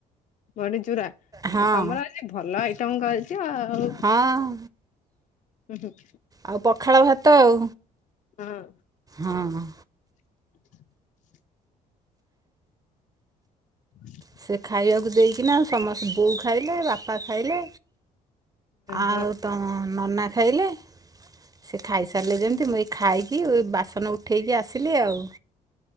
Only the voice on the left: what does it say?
ଵଡି ଚୁରା।
ଆ ତମର ଆଜି ଭଲ ଆଇଟମ କରିଛ ଆଉ।
ହୁଁ ହୁଁ।
ହଁ।
<inaudible> <inaudible>
ହଁ